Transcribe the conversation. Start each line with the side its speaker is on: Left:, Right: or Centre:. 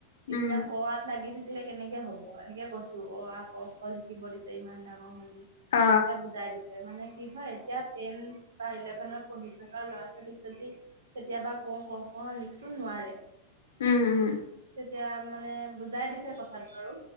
Right: এতিয়া
Left: উম
Right: অ ৱাত লাগি থাকি নিলিখিলে কেনেকে হ'ব এনেকে কৈছো অ আ ক খ লিখিব দিছে ইমান ডাঙৰ হলি
Left: অ
Right: তেতিয়া বুজাই দিছো মানে কি হয় এতিয়া টেন বা ইলেভেনত পঢ়ি থকা ল'ৰা ছোৱালীক যদি কেতিয়াবা কওঁ ক খ লিখচোন নোৱাৰে
Left: উম উম
Right: তেতিয়া মানে বুজাই দিছে কথাটো আৰু